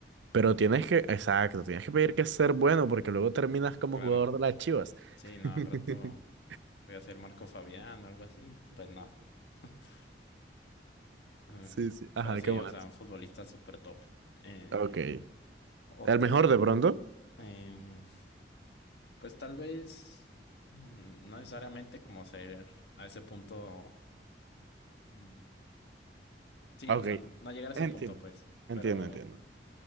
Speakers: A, on the right; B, on the left.
A: pero tienes que, exacto, tienes que pedir que ser bueno, porque luego terminas como
B: Claro,
A: jugador de las Chivas.
B: sí, no,
A: <laughs>
B: al rato voy a ser Marco Fabián o algo así. Pues no. <laughs> Mm,
A: Sí, sí. Ajá,
B: Pero sí,
A: qué más.
B: o sea, un futbolista súper top. Eh,
A: Ok.
B: otra
A: El mejor
B: que
A: de pronto.
B: Em, pues tal vez mm, no necesariamente como ser a ese punto. mm, Sí,
A: Ok.
B: o sea, no llegar a ese
A: Entiendo.
B: punto, pues.
A: Entiendo,
B: Pero,
A: entiendo.